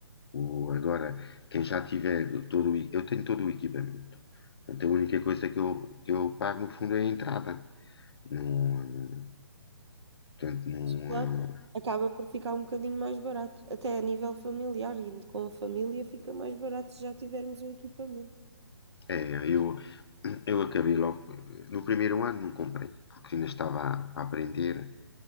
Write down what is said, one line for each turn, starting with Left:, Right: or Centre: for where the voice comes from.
Left: O, agora, quem já tiver todo, o e- eu tenho todo o equipamento. Portanto, a única coisa que eu, que eu pago no fundo é a entrada. Não, eh, Portanto, não,
Right: claro,
Left: eh,
Right: acaba por ficar um bocadinho mais barato. Até a nível familiar, indo com a família, fica mais barato se já tivermos o equipamento.
Left: É, eu, eu acabei logo. No primeiro ano não comprei, porque ainda estava a, a aprender.